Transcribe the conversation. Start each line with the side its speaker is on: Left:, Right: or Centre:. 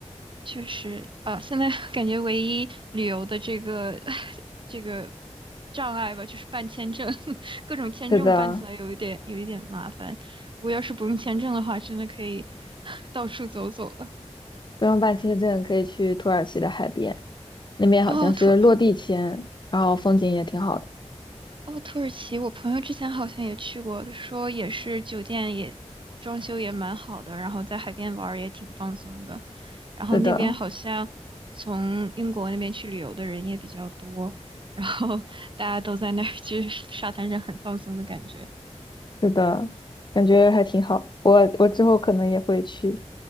Right: 确实啊，现在 <laughs> 感觉唯一旅游的这个 <laughs> 这个障碍吧，就是办签证，<laughs> 各种签证办起来有一点有一点麻烦。
Left: 是的，
Right: 不过要是不用签证的话，真的可以 <laughs> 到处走走了。
Left: 不用办签证可以去土耳其的海边，那边好像是落地签，
Right: 哦，突
Left: 然后风景也挺好的。
Right: 哦，土耳其，我朋友之前好像也去过，他说也是酒店也装修也蛮好的，然后在海边玩儿也挺放松的。然后那边好像从英国那边去旅游的人也比较多，
Left: 是的，
Right: 然后大家都在那儿就是沙滩上很放松的感觉。
Left: 是的，感觉还挺好。我我之后可能也会去